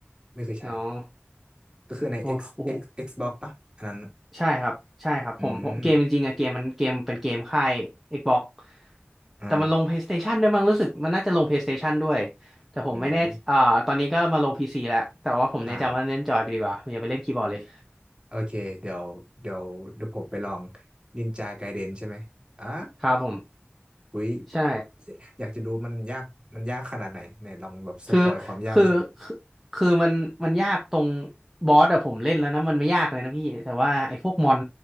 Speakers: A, on the right; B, in the centre.
A: ไม่เคยใช้
B: เนาะ
A: ก็คือใน
B: โอ้โห
A: X X Xbox ปะอันนั้น
B: ใช่ครับใช่ครับผมผมเกมจริงๆอะเกมมันเกมเป็นเกมค่าย
A: อืม
B: Xbox
A: อ๋อ
B: แต่มันลง PlayStation ด้วยมั้งรู้สึกมันน่าจะลง PlayStation ด้วยแต่ผมไม่แน่อ่าตอนนี้ก็มาลง
A: อืม
B: PC แล้วแต่ว่าผมแนะนำว่าเล่นจอยไปดีกว่าอย่าไปเล่นคีย์บอร์ดเลย
A: อ่าโอเคเดี๋ยวเดี๋ยวเดี๋ยวผมไปลองนินจาไกเดนใช่ไหมอ่า
B: ครับผม
A: อุ้ย
B: ใช่
A: อยากจะดูมันยากมันยากขนาดไหนไหนลองแบบสปอยความยากไปสิ
B: คือคือคือคือมันมันยากตรงบอสอะผมเล่นแล้วนะมันไม่ยากเลยนะพี่แต่ว่าไอ้พวกมอน